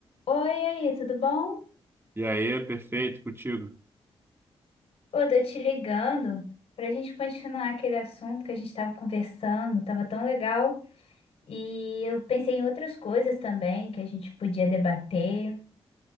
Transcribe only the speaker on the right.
E aí, perfeito, contigo.